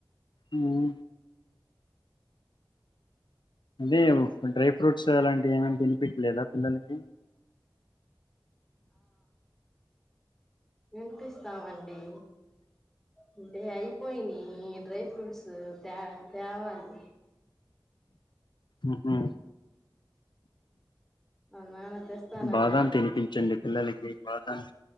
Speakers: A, on the left (about 70°); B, in the centre.
A: ఉం లేవు డ్రై ఫ్రూట్స్ అలాంటివి ఏమన తినిపిచ్చలేదా పిల్లలకి
B: తినిపిస్తామండి అంటె అయిపోయినయి డ్రై ఫ్రూట్స్ త్యా త్యావాలి.
A: ఉహు
B: వాళ్ళ నాన్న తెస్తానన్నారు
A: బాదం తినిపించండి పిల్లలకి బాదం